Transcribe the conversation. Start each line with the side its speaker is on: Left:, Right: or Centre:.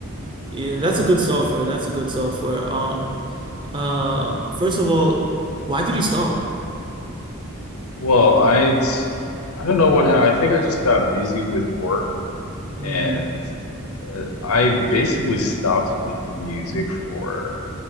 Right: yeah, that's a good software. That's a good software. Um, uh, first of all, why did you stop?
Left: Well, I t- I don't know what happened. I think I just got busy with work
Right: Mm.
Left: and uh, I basically stopped making music for